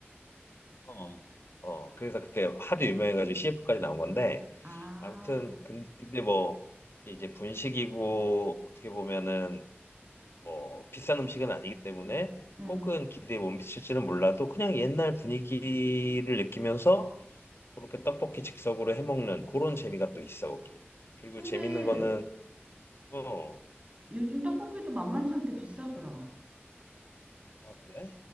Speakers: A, on the left; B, on the right.
A: 어, 어, 그래서 그때 하도 유명해가지고 CF까지 나온 건데,
B: 아,
A: 아무튼 근- 근데 뭐 이제 분식이고 어떻게 보면은 뭐 비싼 음식은 아니기 때문에
B: 음.
A: 혹은 기대에 못 미칠지는 몰라도 그냥 옛날 분위기를 느끼면서 그렇게 떡볶이 즉석으로 해 먹는 그런 재미가 또 있어 거기. 그리고
B: 근데
A: 재밌는 거는 어,
B: 요즘 떡볶이도 만만치 않게 비싸더라.
A: 아 그래?